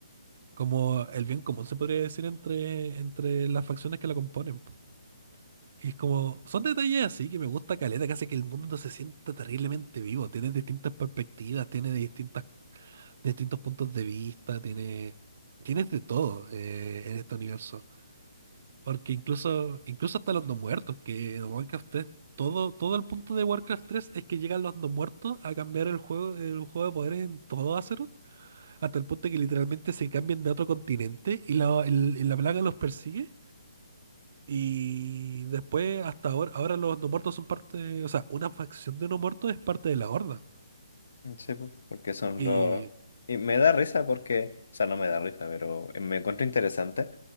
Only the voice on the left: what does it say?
Sí, pues, porque son
los... Y me da risa porque, o sea, no me da risa, pero me encuentro interesante